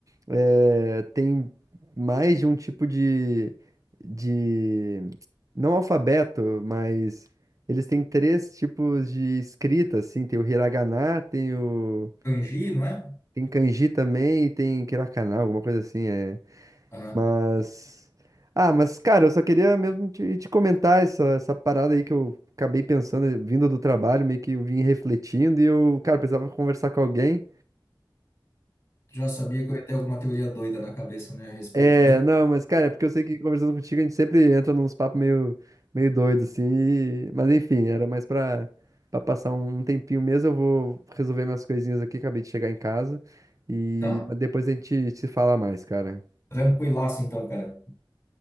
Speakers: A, on the right; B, on the left.
A: é, tem mais de um tipo de, de... Não alfabeto, mas eles têm três tipos de escrita, assim. Tem o hiragana, tem o...
B: Kanji, não é?
A: Tem kanji também e tem katakana, alguma coisa assim. É...
B: Aham.
A: Mas. Ah, mas, cara, eu só queria mesmo te, te comentar essa, essa parada aí que eu acabei pensando, eh, vindo do trabalho, meio que eu vim refletindo e eu, cara, precisava conversar com alguém.
B: Tu Já sabia que eu ia ter alguma teoria doida na cabeça, né, a respeito,
A: É,
B: né?
A: não, mas, cara, é porque eu sei que conversando contigo a gente sempre entra nos papos meio, meio doido, assim. e- Mas, enfim, era mais pra, pra passar um um tempinho mesmo. Eu vou resolver minhas coisinhas aqui, acabei de chegar em casa. E
B: <laughs> Tá.
A: mas depois a gente se fala mais, cara.
B: Tranquilaço então, cara.